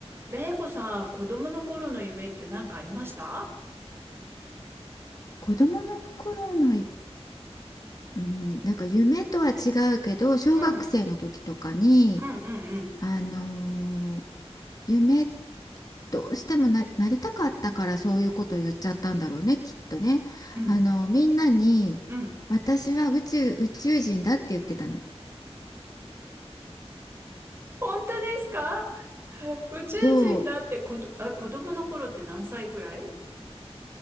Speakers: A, on the right; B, on the left.
A: れいこさん、子供の頃の夢って何かありました
B: 子供の頃のい、うん、なんか夢とは違うけど、小学生の時とかに、
A: うん、うん、うん、うん。
B: あのー夢どうしてもな、なりたかったからそういうことを言っちゃったんだろうね、きっとね。
A: うん、
B: あの、みんなに、
A: うん。
B: 私は宇宙、宇宙人だって言ってたの。
A: 本当ですか <laughs> 宇宙人だって子ど、
B: そう、
A: あ、子供の頃って何歳ぐらい